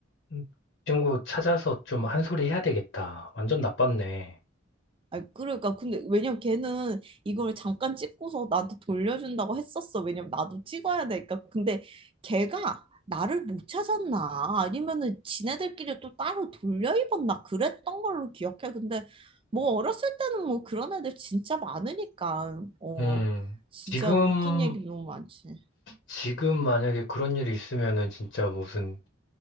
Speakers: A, on the left (about 55°); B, on the right (about 25°).
A: 음, 친구 찾아서 좀 한 소리 해야 되겠다. 완전 나빴네.
B: 아, 그러니까 근데 왜냐면 걔는 이걸 잠깐 찍고서 나한테 돌려준다고 했었어. 왜냐면 나도 찍어야 되니까. 근데 걔가 나를 못 찾았나 아니면은 지네들끼리 또 따로 돌려 입었나 그랬던 걸로 기억해. 근데 뭐 어렸을 때는 뭐 그런 애들 진짜 많으니까 어
A: 음,
B: 진짜
A: 지금,
B: 웃긴 얘기 너무 많지.
A: 지금 만약에 그런 일이 있으면은 진짜 무슨